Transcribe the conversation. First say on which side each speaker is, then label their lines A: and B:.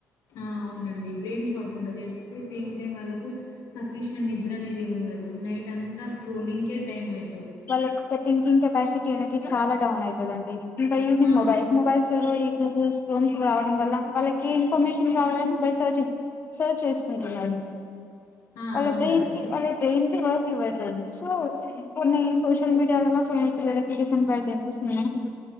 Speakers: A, on the left (about 70°); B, on the left (about 35°).
A: ఆ అవునండి. బ్రెయిన్ షార్ప్ ఉండదు ఎట్ ద సేమ్ టైం వాళ్ళకు సఫిషియంట్ నిద్ర అనేదె ఉండదు. నైట్ అంతా స్క్రోలింగ్కే టైం అయి
B: వాళ్ళక్ ఒక థింకింగ్ కెపాసిటీ అనేది చాలా డౌన్ అయితదండి. ఈట యేసిన్
A: ఆ
B: మోబైల్స్ మోబైల్స్ లలో ఇ గూగుల్స్ క్రోమ్స్ రావడం వల్ల వాళ్ళకి ఇన్ఫర్మేషన్ కావాలని బై సర్చింగ్ సర్చ్ చేసుకుంటున్నారు.
A: ఆ
B: అలా
A: అవునండి
B: బ్రెన్కి వాళ్ళ బ్రెయిన్కి వ ఇవ్వట్లేదు సో చ్చ కొన్ని సోషల్ మీడియా వల్ల కొన్ని పిల్లలకి డిసడ్వాంటేజెస్ ఉన్నాయి అంటు